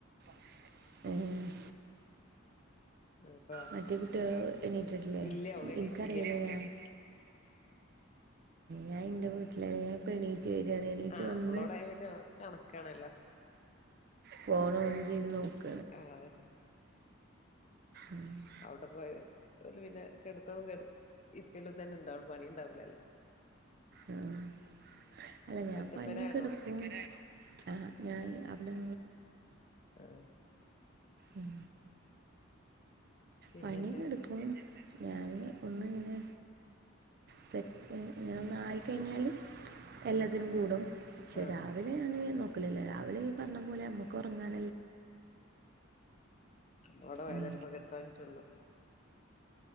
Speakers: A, on the right; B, on the left.
A: ഉം
B: നിനക്കോ
A: മറ്റേ കുട്ടികള് എണീറ്റട്ടില്ലല്ലെ
B: ഇല്ല അവള് എണീറ്റില്ല
A: എനിക്കറിയില്ല <inaudible> ഞാൻ എൻ്റെ
B: ആ
A: വീട്ടിലാ ഞാൻ ഇപ്പോ എണീറ്റ് വരികയാണ് എണീറ്റ്
B: ആഹ
A: വന്ന്
B: നമ്മളോടെ പിന്നെ കണക്കാണല്ലോ
A: കോണ ഒന്ന ചെയ്ത് നോക്ക
B: ആഹതന്നെ
A: ആ
B: അവിടെ പോയത് അല പിന്നെ കെടുത്തും ഇരിക്കലും തന്നെ ഇണ്ടാവുള്ള പണിയ ഉണ്ടാവലല്ലേ
A: ആഹ അല്ല ഞാൻ
B: ഒറ്റപ്പെരാണോ
A: പണിയൊക്കെ എടുക്കും ആ് ഞാൻ അവിടെ
B: ആഏ
A: ഉം
B: പിന്നെന്താ
A: പണിക എടുക്കും ഞാാന് ഒന്ന് ഇങ്ങനെ സെറ്റ് ഇങ്ങനെ ഒന്ന് ആയി കഴിഞ്ഞാല് എല്ലാത്തിനും
B: ആഹ്
A: കൂടും പക്ഷെ
B: ആഹ്
A: രാവിലെ ണ് നോക്കലല്ല രാവിലെ പറഞ്ഞ പോലെ നമ്മുക്ക് ഉറങ്ങാൻ
B: അവിടെ വയലന്നപ്പോ
A: ഉം
B: കിർക്കാൻ പറ്റുള്ളു